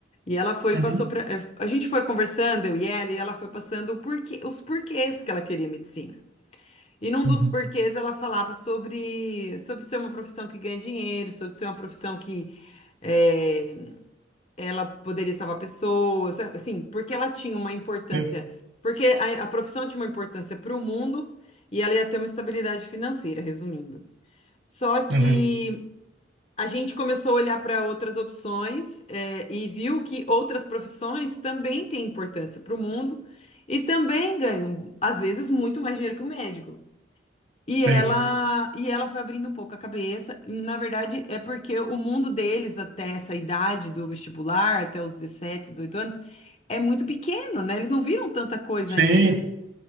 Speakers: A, on the left; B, on the right.
A: E ela foi
B: Uhum,
A: passou para, a gente foi conversando eu e ela e ela foi passando o porquê, os porquês que ela queria medicina. E num
B: uhum,
A: dos porquês ela falava sobre, sobre ser uma profissão que ganha dinheiro, sobre ser uma profissão que é, ela poderia salvar pessoas, sabe? assim, porque ela tinha uma importância,
B: sim,
A: porque a, a profissão tinha uma importância para o mundo e ela ia ter uma estabilidade financeira, resumindo. Só que
B: uhum,
A: a gente começou a olhar para outras opções é, e viu que outras profissões também têm importância para o mundo e também ganham, às vezes, muito mais dinheiro que o médico. E ela,
B: sim.
A: e ela foi abrindo um pouco a cabeça. Na verdade, é porque o mundo deles, até essa idade do vestibular, até os 17, 18 anos, é muito pequeno, né? Eles não viram tanta coisa
B: Sim,
A: ainda.